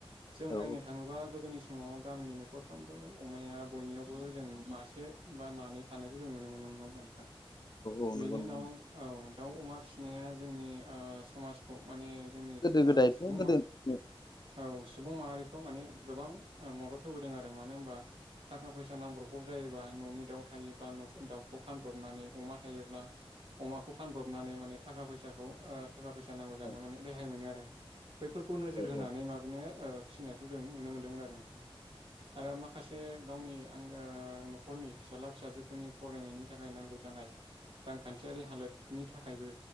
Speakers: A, on the right (about 65°); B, on the left (about 45°).
A: जों
B: औ
A: नायनो थाङोबा गोदोनि समाव गामिनि न'खरफ्रोमबो अमाया बयनियावबो जों मासे बा मानै थानायखौ जों नुनो मोनोम मोनदों
B: औ
A: बेनि
B: नंगौ नंगौ
A: उनाव औ। दाउ अमा फिसिनाया जोंनि समाजखौ माने जोंनि ओ
B: गोदो गोदायथ'
A: सुबुं
B: गोदो औ
A: औ सुबुं माहारिखौ माने गोबां मदद होबोदों आरो मानो होनबा थाखा फैसा नांब्रगौ जायोबा न'नि दाउ थायोब्ला दाउखौ फान ब्रनानै अमा थायोब्ला अमाखौ फानब्रबनानै माने थाखा फैसाखौ थाखा फैसा नांगौ जानो
B: औ
A: माने रेहाय मोनो आरो। बैफोरखौ नोजोर होनानै
B: औ
A: माबानो फिसिनायखौ जों नुनो मोन्दोंमोन आरो नोंथां। आरो माखासे गावनि आंगो न'खरनि फिसाला फिसाजोफोरनि फरायनायनि थाखाय नांगौ जानाय रांखान्थियारि हालोदनि थाखायबो